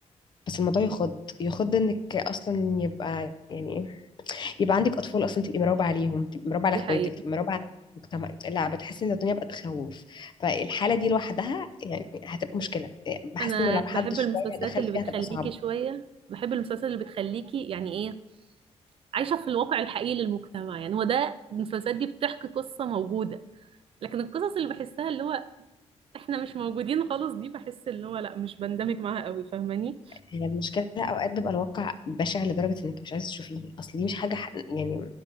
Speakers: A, on the left (about 40°); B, on the right (about 50°).
A: بس الموضوع يخض يخض انك اصلا يبقى يعني ايه يبقى عندك اطفال اصلا تبقي مراقبة عليهم تبقي مراقبة على
B: دي
A: اخواتك
B: حقيقة
A: تبقي مراقبة على المجتمع لا بتحسي ان الدنيا بقت تخوف فالحالة دي لوحدها يعني هتبقى مشكلة إيه، بحس
B: انا
A: انه لو
B: بحب
A: حد شوية
B: المسلسلات
A: دخل
B: اللي
A: فيها
B: بتخليكي
A: هتبقى صعبة
B: شوية بحب المسلسلات اللي بتخليكي يعني ايه عايشة في الواقع الحقيقي للمجتمع يعني هو ده المسلسلات دي بتحكي قصة موجودة لكن القصص اللي بحسها اللي هو احنا مش موجودين خالص دي بحس اللي هو لا مش بندمج معاها قوي فاهماني
A: هي المشكلة اوقات بيبقى الواقع بشع لدرجة انك مش عايزة تشوفيه اصل دي مش حاجة ح- يعني